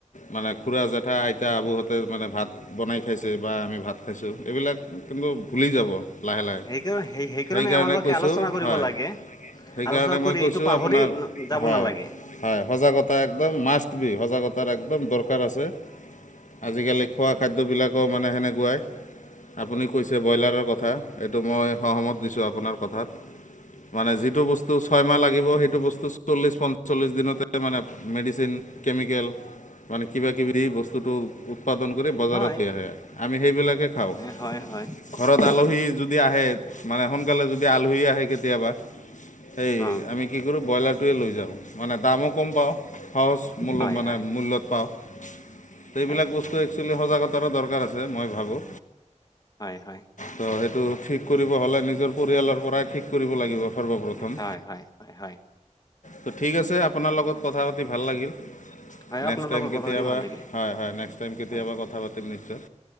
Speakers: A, on the left; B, on the left.
A: মানে খুৰা জেঠা আইতা আবুহঁতে মানে ভাত। বনাই খাইছে বা আমি ভাত খাইছোঁ এইবিলাক কিন্তু ভুলি যাব। লাহে লাহে
B: সেইকাৰণে সেই
A: সেইকাৰণে
B: আমালোকে
A: কৈছোঁ
B: আলোচনা কৰিব
A: হয়।
B: লাগে
A: সেইকাৰণে
B: আলোচনা
A: মই
B: কৰি
A: কৈছোঁ
B: এইটো পাহৰি
A: আপোনাৰ হয়
B: যাব নালাগে
A: হয় সজাগতা একদম মাচ। সজাগতাৰ একদম দৰকাৰ আছে। আজিকালি খোৱা খাদ্যবিলাকো মানে সেনেকুৱাই। আপুনি কৈছে ব্ৰইলাৰৰ কথা এইটো মই সহমত দিছোঁ আপোনাৰ কথাত মানে যিটো বস্তু ছয়মাহ লাগিব সেইটো বস্তু চল্লিছ পঞ্চল্লিছ দিনতে মানে মেডিচিন কেমিকেল মানে কিবাকিবি বস্তুটো উৎপাদন কৰি বজাৰত
B: হয়
A: লৈ আহে আমি সেইবিলাকে খাওঁ
B: হয় হয়
A: ঘৰত আলহী যদি আহে মানে সোনকালে যদি আলহী আহে কেতিয়াবা সেই
B: অ
A: আমি কি কৰোঁ ব্ৰইলাৰটোৱে লৈ যাওঁ মানে দামো কম পাওঁ সহজ মূল্য
B: হয়
A: মানে
B: হয়
A: মূল্যত পাওঁ সেইবিলাক
B: হয়
A: বস্তুৱে একচুলি সজাগতাৰো দৰকাৰ আছে মই ভাবোঁ
B: হয় হয়
A: ত' সেইটো ঠিক কৰিব হ'লে নিজৰ পৰিয়ালৰ পৰাই ঠিক কৰিব লাগিব সৰ্বপ্ৰথম
B: হয় হয় হয় হয়
A: ত' ঠিক আছে আপোনাৰ লগত কথা পাতি ভাল লাগিল।
B: হয়
A: নেক্স
B: আপোনাৰ
A: টাইম
B: লগত
A: কেতিয়াবা
B: কথা পাতি ভাল লাগিল
A: হয় হয় নেক্সট টাইম কেতিয়াবা
B: হয়
A: কথা পাতিম নিশ্চয়